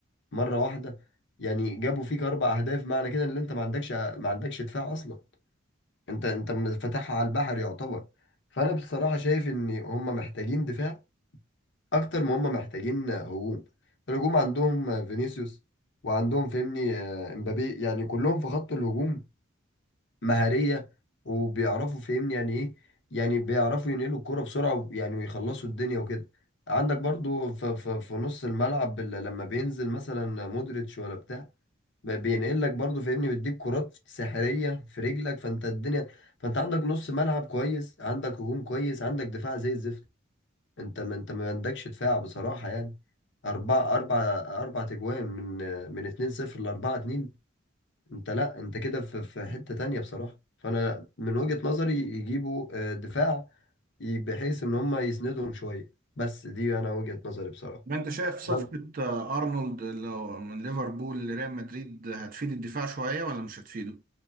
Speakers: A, on the left; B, on the right.
A: مرة واحدة يعني جابوا فيك اربع اهداف معنى كده ان انت ما عندكش ما عندكش دفاع اصلا انت انت فاتحها على البحر يعتبر فانا بصراحة شايف ان هم محتاجين دفاع اكتر ما هم محتاجين هجوم الهجوم عندهم فينيسيوس وعندهم فهمني آه، امبابي يعني كلهم في خط الهجوم مهارية وبيعرفوا فهمني يعني ايه يعني بيعرفوا ينقلوا الكرة بسرعة و- يعني ويخلصوا الدنيا وكده عندك برضو في, في, في نص الملعب ال- لما بينزل مثلا مودريتش ولا بتاع ب- بينقل لك برضو فاهمني بيديك كرات سحرية في رجلك فانت الدنيا فانت عندك نص ملعب كويس عندك هجوم كويس عندك دفاع زي الزفت انت ما انت ما عندكش دفاع بصراحة يعني أربعة أربعة أربعة تجوان من من اتنين صفر لأربعة اتنين انت لا انت كده في في حتة تانية بصراحة فانا من وجهة نظري يجيبوا آه، دفاع ي- بحيث ان هم يسندهم شوية بس دي انا وجهة نظري بصراحة
B: ما انت شايف صفقة
A: تمام.
B: آه، ارنولد لو من ليفربول لريال مدريد هتفيد الدفاع شوية ولا مش هتفيده؟